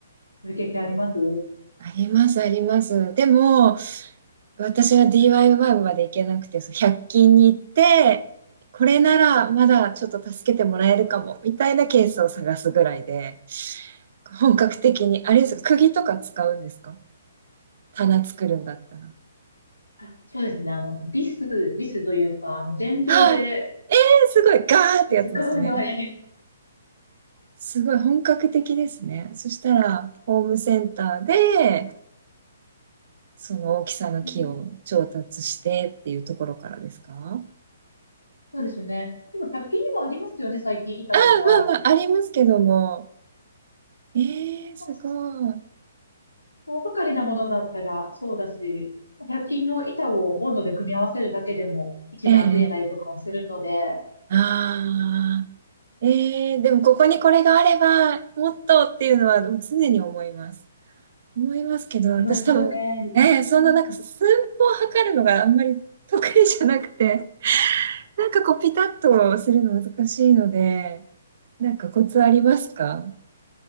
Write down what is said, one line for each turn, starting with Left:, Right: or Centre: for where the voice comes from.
Left: そういう経験あります
Right: あります、あります。でも、私は DIY まで行けなくて、そう100均に行って、これならまだちょっと助けてもらえるかも、みたいなケースを探すぐらいで、本格的に、あれですか、釘とか使うんですか棚作るんだったら。
Left: あ、そうですね。あの、ビス、ビスというか、あの、電動で、
Right: ああ、えー、すごい、ガーってやつですね。
Left: 時間はね
Right: すごい本格的ですね。そしたら、ホームセンターで、その大きさの木を調達してっていうところからですか
Left: うんそうですよね。でも百均にもありますよね、最近板とか。
Right: ああ、まあまあ、ありますけども。ええすごい。
Left: まあ、大掛かりなものだったらそうだし、まあ1均の板をボンドで組み合わせるだけでも一段増えたりとかもするので、
Right: ええ
Left: あ
Right: ああええでもここにこれがあれば、もっとっていうのは常に思います。思いますけど、
Left: りますよね。
Right: 私多分、ええそんななんか寸法を測るのがあんまり得意じゃなくて、
Left: うん。
Right: なんかこうピタッとするの難しいので、なんかコツありますか